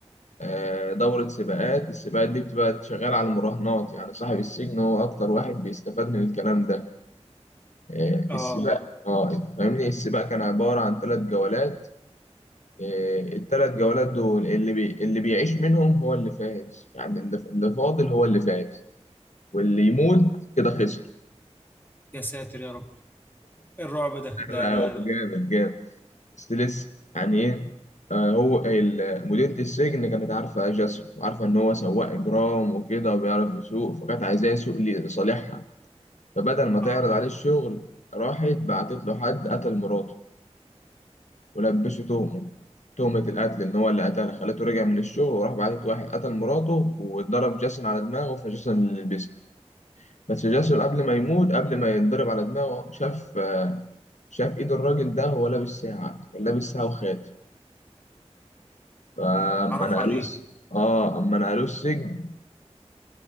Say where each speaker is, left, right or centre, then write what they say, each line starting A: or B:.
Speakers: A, on the left; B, on the left.
A: آه، دورة سباقات السباقات دي بتبقى شغالة على المراهنات يعني صاحب السجن هو أكتر واحد بيستفاد من الكلام ده آه،
B: آه
A: السباق اه اه انت فاهمني السباق كان عبارة عن ثلاث جولات آه، الثلاث جولات دول اللي بي... اللي بيعيش منهم هو اللي فاز يعني اللي, اللي فاضل هو اللي فاز واللي يموت كده خسر
B: يا ساتر يا رب إيه الرعب ده
A: <laughs>
B: ده
A: لا
B: ده
A: هو جامد جامد بس لسه يعني ايه آه، هو ال- مديرة السجن كانت عارفة جاسم وعارفة إن هو سواق إجرام وكده وبيعرف يسوق فكانت عايزاه يسوق لصالحها فبدل ما تعرض
B: آه
A: عليه الشغل راحت بعتت له حد قتل مراته ولبشه تهمة تهمة القتل إن هو اللي قتلها خلته رجع من الشغل وراح بعتت واحد قتل مراته واتضرب جاسون على دماغه فجاسون اللي لبسه بس جاسون قبل ما يموت قبل ما يتضرب على دماغه شاف آه، شاف إيد الراجل ده وهو لابس ساعة كان لابس ساعة وخاتم فأما
B: اتعرف
A: نقلوه
B: عليه
A: اه اما نقلوه السجن